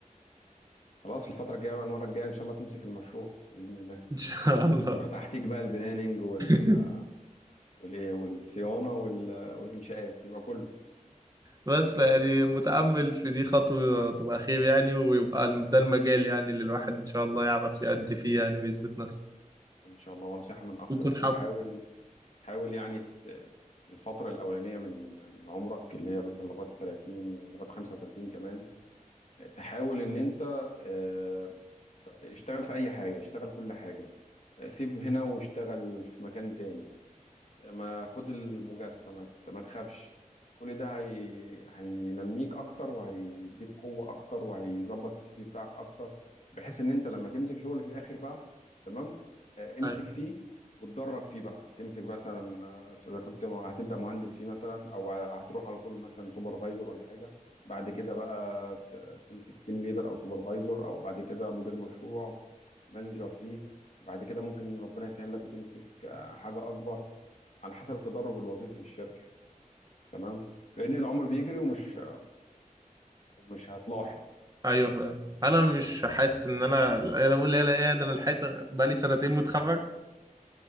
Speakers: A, on the left; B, on the right.
A: خلاص الفترة الجاية بقى المرة الجاية ان شاء الله تمسك المشروع بإذن الله
B: إن شاء الله
A: يبقى تحتيك بقى البلاننج وال
B: <laughs>
A: والايه والصيانه وال... والانشاءات يبقى كله
B: بس فيعني متأمل في دي خطوة تبقى خير يعني ويبقى ده المجال يعني اللي الواحد إن شاء الله يعرف يأدي فيه يعني ويثبت نفسه
A: ان شاء الله ونصيحه من اخ
B: ويكون
A: لاخوه
B: حابب
A: حاول حاول يعني ت... الفتره الاولانيه من من عمرك اللي هي مثلا لغايه 30 لغايه 35 كمان تحاول ان انت آه، اشتغل في اي حاجه اشتغل كل حاجه آه، سيب هنا واشتغل في مكان تاني ما خد المجازفة ما ت- ما تخافش كل ده هي... هينميك اكتر وهيديك قوة اكتر وهيظبط السي في بتاعك اكتر بحيث ان انت لما تمسك شغل في الاخر بقى تمام آه، امسك
B: أيوة
A: فيه وتدرج فيه بقى تمسك مثلا آه، اذا كنت م- هتبدا مهندس فيه مثلا او هتروح على طول مثلا سوبرفايزر ولا حاجه بعد كده بقى ت- تمسك تيم ليدر او سوبرفايزر او بعد كده مدير مشروع مانجر فيه بعد كده ممكن ربنا يسهل لك وتمسك آه، حاجه اكبر على حسب التدرج الوظيفي في الشركه يعني تمام لان العمر بيجري ومش ومش هتلاحظ
B: أيوة فعلا أنا مش حاسس إن أنا أنا بقول لا لا إيه ده أنا لحقت بقالي سنتين متخرج